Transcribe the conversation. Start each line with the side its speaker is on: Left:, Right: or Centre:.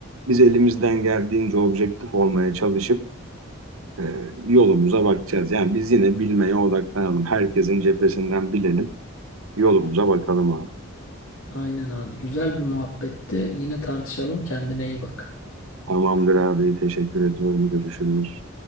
Right: Biz elimizden geldiğince objektif olmaya çalışıp e, yolumuza bakacağız. Yani biz yine bilmeye odaklanalım. Herkesin cephesinden bilelim. Yolumuza bakalım abi.
Left: Aynen abi. Güzel bir muhabbetti. Yine tartışalım. Kendine iyi bak.
Right: Tamamdır abi. Teşekkür ediyorum. Görüşürüz.